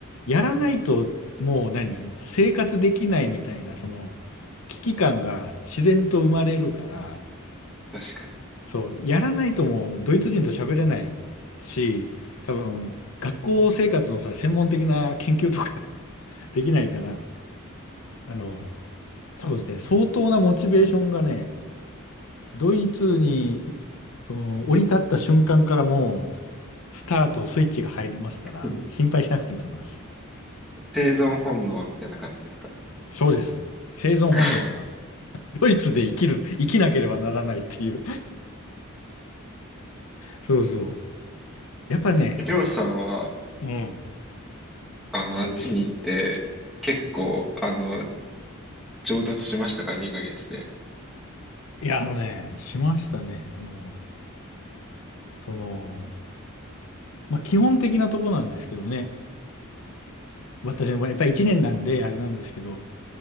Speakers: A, on the left; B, in the centre.
A: やらないともう何、生活できないみたいな、その危機感が自然と生まれるから、
B: 確かに。
A: そう、やらないともうドイツ人と喋れないし、多分学校生活のさ、専門的な研究とか <laughs> できないから、あの、多分ね、相当なモチベーションがね、ドイツにいその降り立った瞬間からもう、スタートスイッチが入りますから、
B: うん
A: 心配しなくていいと思います。
B: 生存本能みたいな感じですかね。
A: そうです。生存本能が、
B: <laughs>
A: ドイツで生きる、生きなければならないっていう。そうそう。やっぱね、
B: りょうさんは、
A: うん、
B: あの、
A: それでした。
B: あっちに行って、結構、あの、上達しましたか ?2 ヶ月で。
A: いや、あのね、しましたね。あの、その、まあ、基本的なとこなんですけどね。私の場合、やっぱり1年なんで、あれなんですけど、